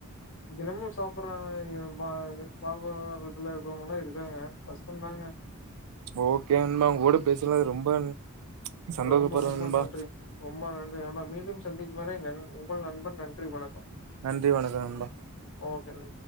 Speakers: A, on the left (about 60°); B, on the right (about 90°).
A: தினமு சாப்படுற ஆ வாழ்வாதாரத்துல இருக்கவங்க எல்லா இருக்காங்க சொன்னாங்க
B: ஓக்கே நண்பா உங்கோட பேசுனுனதுல ரொம்ப சந்தோஷப்படுறேன்
A: ரொம்ப ரொம்ப
B: நண்பா.
A: நன்றி ரொம்ப நன்றி நம்ம மீண்டும் சந்தி இதுவரை நன் உங்கள் நண்பன் நன்றி வணக்கம்
B: நன்றி வணக்கோ நண்பா
A: ஓகே.